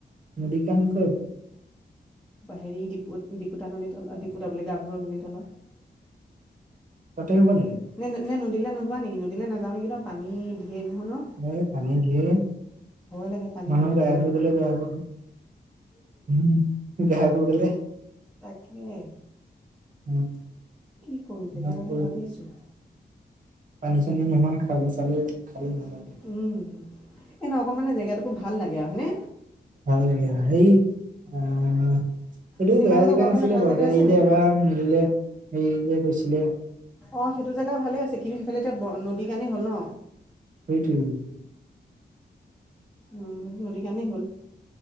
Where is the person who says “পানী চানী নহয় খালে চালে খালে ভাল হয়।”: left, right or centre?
Right